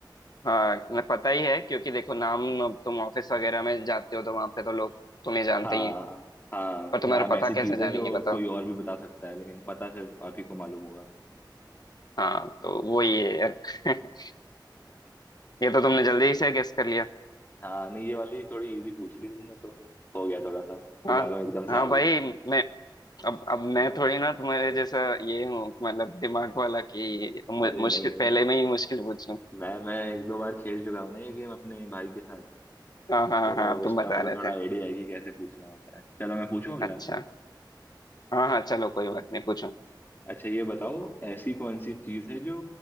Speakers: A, on the left (about 55°); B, on the left (about 25°).
A: हाँ मतलब पता ही है क्योंकि देखो नाम अब तुम ऑफिस वगैरह में जाते हो तो वहां पे तो लोग तुम्हें जानते
B: हाँ
A: ही हैं
B: हाँ
A: पर तुम्हारा
B: नाम ऐसी
A: पता
B: चीज
A: कैसे जानेंगे
B: है जो
A: बताओ
B: कोई और भी बता सकता है लेकिन पता सिर्फ आप ही को मालूम होगा
A: हाँ तो वो ही है यार <laughs> ये तो तुमने जल्दी से गेस कर लिया
B: हाँ नहीं ये वाली थोड़ी इजी पूछ ली तुमने तो हो गया थोड़ा सा दिमाग
A: हाँ
B: में एकदम से
A: हाँ
B: आ गई
A: भाई मैं अब अब मैं थोड़ी ना तुम्हारे जैसा ये हूँ मतलब दिमाग वाला कि मु-
B: अरे
A: मुश्किल
B: नहीं नहीं
A: पहले में ही मुश्किल पूछूं
B: मैं मैं एक दो बार खेल चुका हूँ ना ये गेम अपने भाई के साथ
A: हाँ हाँ हाँ
B: तो
A: हाँ,
B: उसका
A: तुम बता
B: मेरे को
A: रहे
B: थोड़ा
A: थे
B: आइडिया है कि कैसे पूछना होता है चलो मैं पूछूं अगला
A: अच्छा हाँ हाँ चलो कोई बात नहीं पूछो
B: अच्छा ये बताओ ऐसी कौन सी चीज है जो